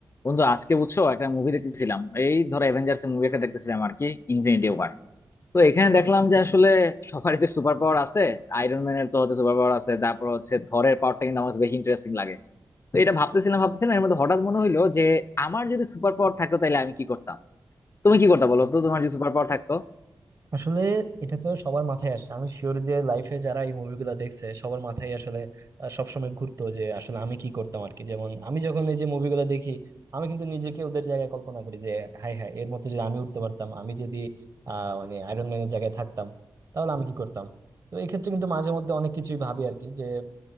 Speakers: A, on the left; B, on the right.
A: বন্ধু আজকে বুঝছো একটা মুভি দেখতেছিলাম এই ধরো অ্যাভেঞ্জার্স মুভি একটা দেখতেছিলাম আর কি Infinity war তো এখানে দেখলাম যে আসলে সবারই তো সুপার পাওয়ার আছে আয়রন ম্যানের তো হচ্ছে সুপার পাওয়ার আছে তারপর হচ্ছে থরের পাওয়ারটা কিন্তু আমার কাছে বেশি ইন্টারেস্টিং লাগে তো এটা ভাবতেছিলাম ভাবতেছিলাম এর মধ্যে হঠাৎ মনে হইলো যে আমার যদি সুপার পাওয়ার থাকতো তাহলে আমি কি করতাম তুমি কি করতে
B: আচ্ছা,
A: বলো
B: আচ্ছা।
A: তো তোমার যদি সুপার পাওয়ার থাকতো
B: আসলে এটা তো সবার মাথায় আসে আমি শিওর যে লাইফে যারা এই মুভিগুলো দেখছে সবার মাথায় আসলে আহ, সবসময় ঘুরতো যে আসলে আমি কি করতাম আর কি যেমন আমি যখন এই যে মুভিগুলো দেখি আমি কিন্তু নিজেকে ওদের জায়গায় কল্পনা করি যে হাই হাই এর মধ্যে যদি আমি উঠতে পারতাম আমি যদি আহ মানে আয়রন ম্যানের জায়গায় থাকতাম তাহলে আমি কি করতাম তো এই ক্ষেত্রে কিন্তু মাঝে মধ্যে অনেক কিছুই ভাবি আর কি যে